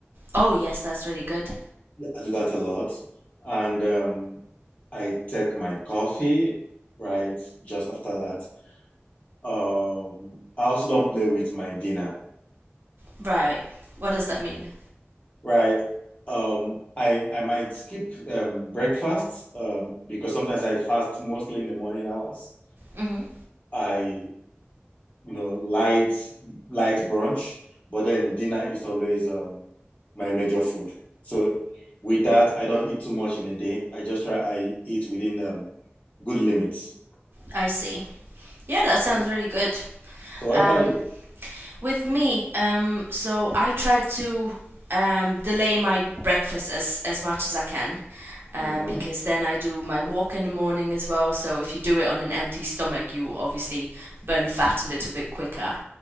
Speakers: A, on the right; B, on the left.
A: Oh, yes, that's really good.
B: Yeah, I do that a lot. And um, I take my coffee, right, just after that. Um, I also don't play with my dinner.
A: Right. What does that mean?
B: Right. Um, I I might skip um, breakfast um, because sometimes I fast mostly in the morning hours.
A: Mhm.
B: I you know light light brunch, but then dinner is always um, my major food. So with that, I don't eat too much in a day. I just try I eat within um, good limits.
A: I see. Yeah, that sounds
B: So,
A: really good.
B: so what
A: Um,
B: about you?
A: with me, um, so I try to um delay my breakfast as as much as I can. uh,
B: Mm-hmm.
A: because then I do my walk in the morning as well. So if you do it on an empty stomach, you obviously burn fat a little bit quicker.